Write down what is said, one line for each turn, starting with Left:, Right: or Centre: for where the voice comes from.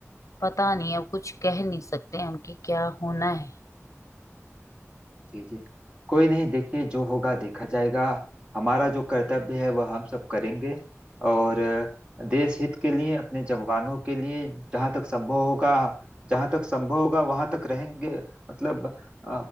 Left: पता नहीं अब कुछ कह नहीं सकते हम कि क्या होना है
Right: जी जी कोई नहीं देखिए जो होगा देखा जाएगा हमारा जो कर्तव्य है वह हम सब करेंगे और अ, देश हित के लिए अपने जवानों के लिए जहाँ तक संभव होगा जहाँ तक संभव होगा वहाँ तक रहेंगे मतलब अ,